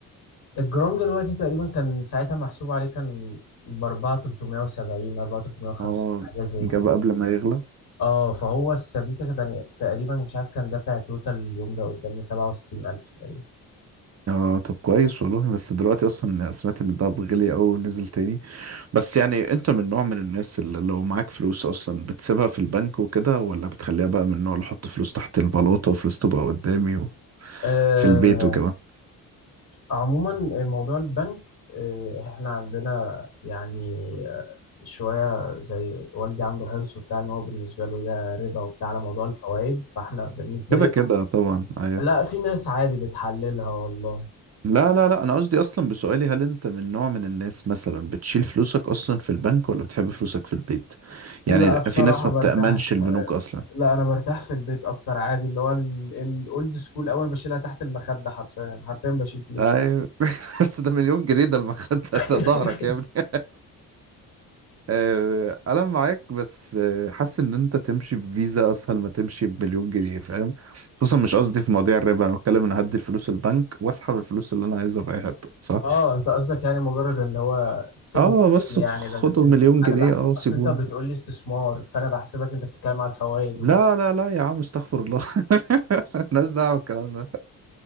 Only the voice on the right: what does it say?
اه
جاب
قبل ما يغلى
اه طب كويس والله بس دلوقتي اصلا سمعت ان الدهب غلي قوي ونزل تاني بس يعني انت من نوع من الناس اللي لو معاك فلوس اصلا بتسيبها في البنك وكده ولا بتخليها بقى من النوع اللي احط فلوس تحت البلاطة وفلوس تبقى قدامي وفي
البيت وكده
كده
كده طبعا ايوه
لا لا لا انا قصدي اصلا بسؤالي هل انت من نوع من الناس مثلا بتشيل فلوسك اصلا في البنك ولا بتحب فلوسك في البيت يعني
في ناس ما
بتأمنش البنوك اصلا
ايوه <laughs> بس ده مليون جنيه ده المخدة
<laughs> ده ظهرك يا ابني <laughs> آه، انا معاك بس آه، حاسس ان انت تمشي بفيزا اسهل ما تمشي بمليون جنيه فاهم خصوصا مش قصدي في مواضيع الربا انا بتكلم ان هدي الفلوس البنك واسحب الفلوس اللي انا عايزها في اي حته صح
اه
بس
خدوا
مليون
جنيه
اه وسيبوني
لا
لا لا يا عم استغفر الله <laughs> الناس دعوه بالكلام ده